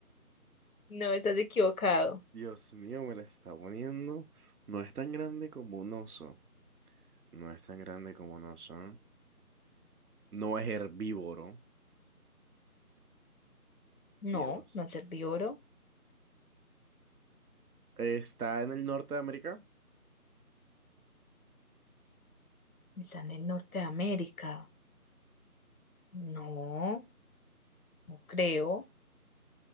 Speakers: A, on the left; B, on the right.
A: No, estás equivocado.
B: Dios mío, me la está poniendo. No es tan grande como un oso. No es tan grande como un oso. No es herbívoro.
A: No,
B: Dios.
A: no es herbívoro.
B: Está en el norte de América.
A: Está en el norte de América. No, no creo.